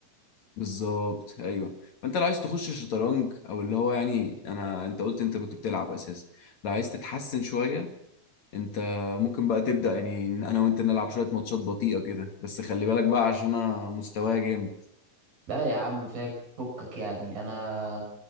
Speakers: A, on the left; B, on the right.
A: بالظبط أيوه فأنت لو عايز تخش شطرنج أو اللي هو يعني أنا أنت قلت أنت كنت بتلعب أساسا لو عايز تتحسن شوية أنت ممكن بقى تبدأ يعني إن أنا وأنت نلعب شوية ماتشات بطيئة كده بس خلي بالك بقى عشان أنا مستواي جامد
B: لا يا عم فاك فكك يعني انا